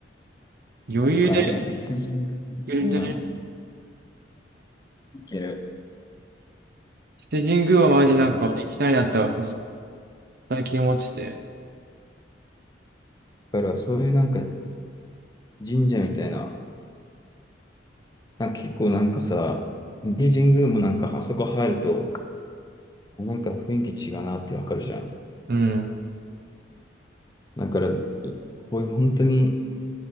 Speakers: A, on the right; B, on the left.
A: 余裕で、
B: とか、なんだっけ、伊勢神宮、
A: 余裕でね、
B: うん、いける。
A: 伊勢神宮はマジなんか俺行きたいなとは
B: だ
A: 最近思ってて、
B: からそういうなんか神社みたいな、なんか結構なんかさ、伊勢神宮もなんかあそこ入ると、なんか雰囲気違うなってわかるじゃん。
A: うん、
B: だから、いこういう本当に